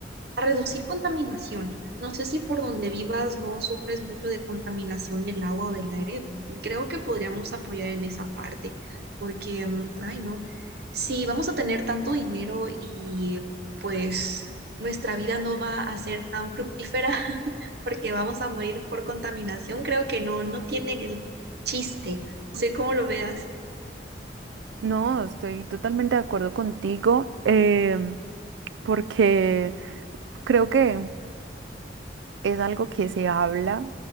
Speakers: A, on the right (about 60°); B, on the right (about 85°).
A: a reducir contaminación. No sé si por donde vivas no sufres mucho de contaminación del agua o del aire. Creo que podríamos apoyar en esa parte, porque, mm, ay, no, si vamos a tener tanto dinero y pues nuestra vida no va a ser tan fructífera <laughs> porque vamos a morir por contaminación, creo que no, no tiene el chiste. No sé cómo lo veas.
B: No, estoy totalmente de acuerdo contigo, em, porque creo que es algo que se habla